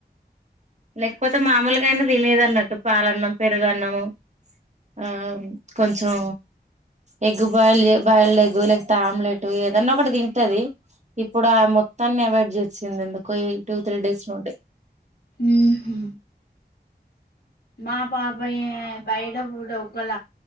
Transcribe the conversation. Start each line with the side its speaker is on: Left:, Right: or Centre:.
Right: లేకపోతే మామూలుగన్న తినేదన్నట్టు పాలన్నం పెరుగన్నము ఆ కొంచెం ఎగ్ బాయిల్ జె బాయిల్డ్ లేకపోతే ఆమ్లెట్ ఏదన్న ఒకటి తింటది ఇప్పుడా మొత్తాన్ని అవాయిడ్ చేసింది ఎందుకో టూ త్రీ డేస్ నుండి
Left: ఉమ్ హు మా పాప ఏ బయట ఫుడ్ ఒకళ